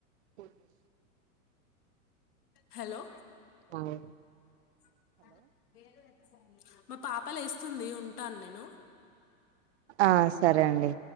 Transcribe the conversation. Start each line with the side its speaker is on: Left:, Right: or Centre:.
Right: కొనే
Left: హలో
Right: ఆవుడే
Left: <unintelligible> మా పాప లేస్తుంది ఉంటాను నేను
Right: ఆ సరే అండి